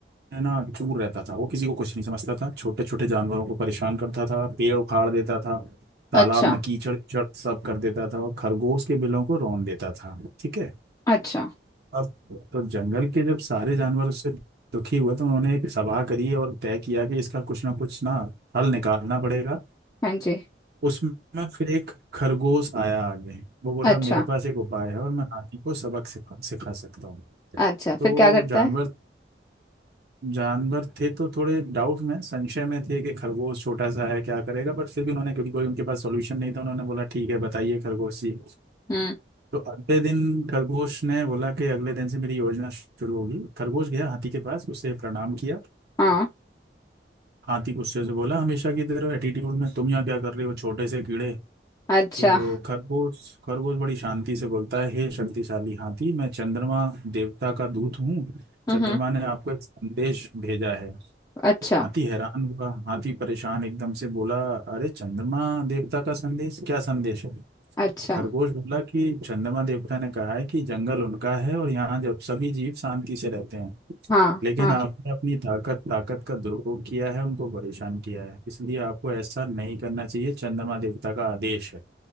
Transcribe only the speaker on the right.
है ना चूर रहता था वो किसी को कुछ नहीं समझता था छोटे छोटे जानवरों को परेशान करता था पेड़ उखाड़ देता था तालाब
में कीचड़ कीचड़ सब कर देता था और खरगोश के बिलों को रौंद देता था ठीक है
अब तो जंगल के जब सारे जानवर उससे दुखी हुए तो उन्होंने एक सभा करी और तय किया कि इसका कुछ ना कुछ ना हल निकालना पड़ेगा
उसमें फिर एक खरगोश आया आगे वो बोला
मेरे पास एक उपाय है और मैं हाथी को सबक सिखा सिखा सकता हूँ
तो
जानवर
जानवर थे तो थोड़े डाउट में संशय में थे कि खरगोश छोटा सा है क्या करेगा बट फिर भी उन्होंने क्योंकि कोई उनके पास सॉल्यूशन नहीं था उन्होंने बोला ठीक है बताइए खरगोश जी
तो अगले दिन खरगोश ने बोला कि अगले दिन से मेरी योजना शुरू होगी खरगोश गया हाथी के पास उसे प्रणाम किया
हाथी गुस्से से बोला हमेशा की तरह एटीट्यूड में तुम यहाँ क्या कर रहे हो छोटे से कीड़े
तो खरगोश खरगोश बड़ी शांति से बोलता है हे शक्तिशाली हाथी मैं चंद्रमा देवता का दूत हूँ
चंद्रमा ने आपको एक संदेश भेजा है
तो हाथी हैरान हुआ हाथी परेशान एकदम से बोला अरे चंद्रमा देवता का संदेश क्या संदेश है
तो खरगोश बोला कि चंद्रमा देवता ने कहा है कि जंगल उनका है और यहाँ जब सभी जीव शांति से रहते हैं
लेकिन
आपने अपनी ताकत ताकत का दुरुपयोग किया है उनको परेशान किया है इसलिए आपको ऐसा नहीं करना चाहिए चंद्रमा देवता का आदेश है